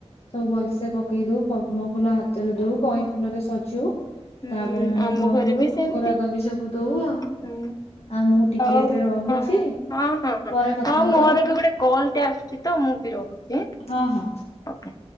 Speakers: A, on the left; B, on the left.
A: ସବୁ ଭଲସେ ପକେଇ ଦଉ। ପଦ୍ମ ଫୁଲ ହାତରେ ଦଉ, କଇଁ ଫୁଲରେ ସଜଉ।
B: ହୁଁ
A: ତା'ପରେ ମାନେ
B: ଆମ
A: କଣ
B: ଘରେ
A: କରୁ?
B: ବି
A: ଭୋଗ
B: ସେମିତି।
A: ରାଗ ବି ସବୁ ଦଉ ଆଉ।
B: ହୁଁ।
A: ଆଉ ମୁଁ ଟିକେ
B: ହଉ,
A: ଏବେ ରହୁଛି
B: ହଁ ହଁ ହଁ ହଁ
A: ପରେ କଥା
B: ହଁ
A: ହବା
B: ମୋର
A: ଆଉ।
B: ବି ଗୋଟେ କଲ୍ ଟେ ଆସୁଛି ତ, ମୁଁ ବି ରହୁଛି।
A: ହଁ ହଁ
B: ଓକେ